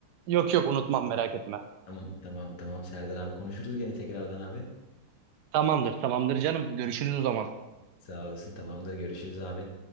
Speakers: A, on the right; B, on the left.
A: Yok yok unutmam merak etme.
B: Tamam tamam tamam Serdar abi konuşuruz gene tekrardan abi.
A: Tamamdır tamamdır canım. Görüşürüz o zaman.
B: Sağ olasın tamamdır görüşürüz abi.